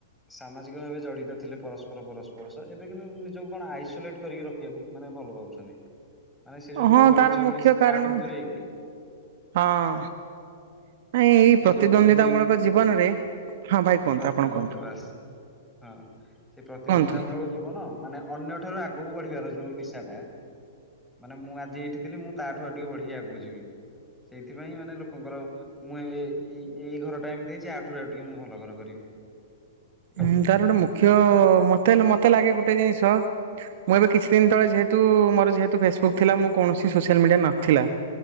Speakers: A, in the centre; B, on the right.
A: ସାମାଜିକ ଭାବେ ଜଡିତ ଥିଲେ ପରସ୍ପର ପରସ୍ପର ସହ ଏବେ କିନ୍ତୁ ନିଜକୁ କଣ ଆଇସୋଲେଟ କରିକି ରଖିବାକୁ। ମାନେ ଭଲ ପାଉଛନ୍ତି। ମାନେ ସେ ଯୋଉ
B: ହଁ
A: ଗହଳି
B: ତାର
A: ଚହଳି
B: ମୁଖ୍ୟ କାରଣ
A: ତାଠୁ ଦୂରେଇକି
B: ହଁ ନାଇଁ ଏଇ
A: ସେ
B: ପ୍ରତିଦ୍ୱନ୍ଦ୍ୱିତା
A: ଯୋଉ ଗୋଟେ ନି
B: ମୂଳକ ଜୀବନରେ ହଁ ଭାଇ କୁହନ୍ତୁ
A: ପ୍ରତିଦ୍ୱନ୍ଦିତା
B: ଆପଣ କୁହନ୍ତୁ।
A: ବାସ୍ ହଁ ସେ ପ୍ରତିଦ୍ୱନ୍ଦିତା
B: କୁହନ୍ତୁ।
A: ମୂଳକ ଯ କଣ ମାନେ ଅନ୍ୟ ଠାରୁ ଆଗକୁ ବଢିବାର ଯୋଉ ନିଶାଟା ମାନେ ମୁଁ ଆଜି ଏଇଠିଥିଲି ମୁଁ ତା ଠୁ ଆ ଟିକେ ବଢିକି ଆଗକୁ ଯିବି। ସେଇଥିପାଇଁ ମାନେ ଲୋକଙ୍କର ମୁଁ ଏ ଏଇ ଘର ଟ ଏମତି ହେଇଛି ଆଠରୁ ଆଉ ଟିକି ମୁଁ ଭଲ ଘର କରିବି। ଏଇଭଳିଆ।
B: ହୁଁ ତାର ଗୋଟେ ମୁଖ୍ୟ ମତେ ହେଲେ ମତେ ଲାଗେ ଗୋଟେ ଜିନିଷ ମୁଁ ଏବେ କିଛି ଦିନ ତଳେ ଯେହେତୁ ମୋର ଯେହେତୁ ଫେସବୁକ୍ ଥିଲା ମୁ କୌଣସି ସୋସିଆଲ ମିଡିଆ ନଥିଲା।